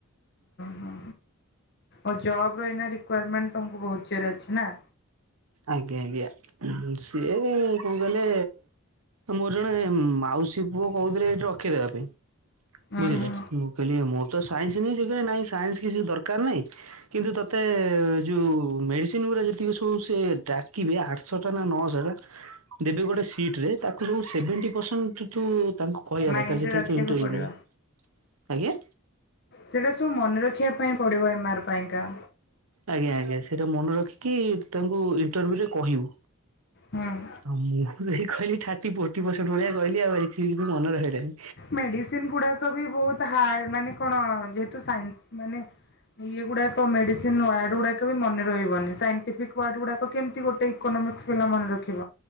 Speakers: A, on the left; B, on the right.
A: ହୋ। ଓ ଜବ୍ ଏଇନା ରିକ୍ୱାରମେଣ୍ଟ ତମକୁ ବହୁତ୍ ଜୋରେ ଅଛି ନା।
B: ଆଜ୍ଞା ଆଜ୍ଞା ସିଏ କ କହିଲେ ମୋର ଜଣେ ମାଉସୀ ପୁଅ କହୁଥିଲେ ଏଇଠି ରଖିଦେବା ପାଇଁ।
A: ହୁଁ
B: ବୁଝିଲେ
A: ହୁଁ
B: ମୁଁ କହିଲି ମୋର ତ ସାଇନ୍ସି ନେଇଛି ନାଇଁ କଲେ ସାଇନ୍ସି କିଛି ଦରକାର ନାହିଁ। କିନ୍ତୁ ତତେ ଯୋଉ ମେଡିସିନ୍ ଗୁରା ଯେତିକି ସବୁ ସେ ଡାକିବେ ଆ ଶଡନା ନଅହଜାର ଟା ଦେବେ ଗୋଟେ ସିଟ୍ ରେ ତାକୁ ଯୋ ସେଭେଣ୍ଟି ପରସେଣ୍ଟ କିନ୍ତୁ ତାଙ୍କୁ କହିବା
A: ମାଇଣ୍ଡରେ
B: ଦରକାର ଯେତେବେଳେ
A: ରଖିବାକୁ
B: ତୁ ଇଣ୍ଟରଭ୍ୟୁ
A: ପଡ଼ିବ।
B: ନେବେ ଆଜ୍ଞା।
A: ସେଇଟା ସବୁ ମନେ ରଖିବା ପାଇଁ ପଡ଼ିବ ଏମାର୍ ପାଇଁ କା।
B: ଆଜ୍ଞା ଆଜ୍ଞା ସେଇଟା ମନେ ରଖିକି ତାଙ୍କୁ ଇଣ୍ଟରଭି୍ୟୁରେ କହିବୁ।
A: ହୁଁ।
B: ହଁ ମୁଁ ଏ କହିଲି ଥାର୍ଟି ଫୋର୍ଟି ପରସେଣ୍ଟ ଭଳିଆ କହିଲି ଆଉ ଏଇ କି ମନେ ରହେ ନାହିଁ।
A: ମେଡ଼ିସିନ ଗୁଡ଼ାକ ବି ବହୁତ୍ ହାର୍ଡ଼ ମାନେ କଣ ଯେହେତୁ ସାଇନ୍ସ ମାନେ ଇଏ ଗୁଡାକ ମେଡିସିନ ୱାର୍ଡ ଗୁଡାକ ବି ମନେ ରହିବନି ସାଇଣ୍ଟିଫିକ୍ ୱାର୍ଡ ଗୁଡାକ କେମିତି ଗୋଟେ ଇକୋନୋମିକ୍ସ ପିଲା ମନେ ରଖିବ